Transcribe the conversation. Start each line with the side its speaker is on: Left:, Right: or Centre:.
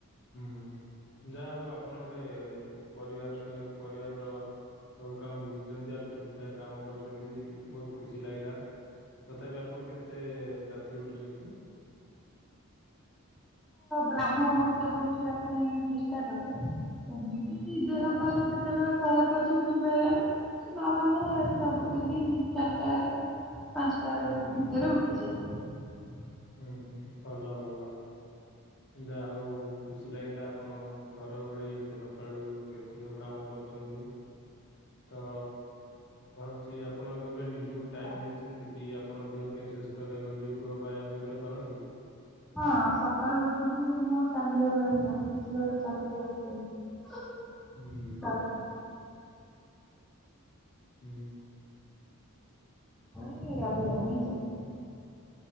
Left: ହୁଁ ଯାହା ହଉ ଆପଣ ଗୋଟେ ପରିବାର ପରିବାରର ସବୁ କାମ ବୁଝୁଛନ୍ତି ଆଉ ଠିକ ଠାକ୍ କାମ କରୁଛନ୍ତି ବହୁତ ଖୁସି ଲାଗିଲା ତଥାପି ଆପଣ କେତେ ରାତିରେ ଉଠୁଛନ୍ତି
Centre: ବ୍ରାହ୍ମ ମୁହୂର୍ତ୍ତରୁ ଉଠିବା ପାଇଁ ଚେଷ୍ଟା କରେ ସେମିତି
Left: ହୁଁ
Centre: ଦେହ ପା କେତେବେଳେ ଖରାପ ଅଛି ପ ନହେଲେ
Left: ହୁଁ ହୁଁ
Centre: ସବୁଦିନ ଚାରିଟା ପାଞ୍ଚଟା
Left: ହୁଁ ହୁଁ
Centre: ଭିତରେ ଉଠିଯାଏ
Left: ହୁଁ ହୁଁ ଭଲ ଭଲ ଯାହା ହଉ ଖୁସି ଲାଗିଲା ଆପଣ ଘର ଓଳେଇ ଏତେ ସକାଳୁ ଏତେ ସବୁ କାମ କରୁ ଛନ୍ତି ତ ଭାବୁଛି ଆପଣ କେବେ ନିଜକୁ ଟାଇମ ଦେଇଛନ୍ତି କି ଆପଣ ଦେହ କେ ସୁସ୍ଥ ରହିବ ଯୋଗ ବା ମେ ଏଗୁଡା କରନ୍ତି
Centre: ହଁ ସକାଳୁ ଉଠିକି ମୁଁ ଚାଲିବା ପାଇଁ ଯାାଉ କିଛି ବାର ଚାଲିିକି ଆସ ହଁ ଯ
Left: ହୁଁ
Centre: ନା ପ
Left: ହୁଁ।
Centre: ନେଇ ଅ ପାଇଁାଇଞ୍ଚ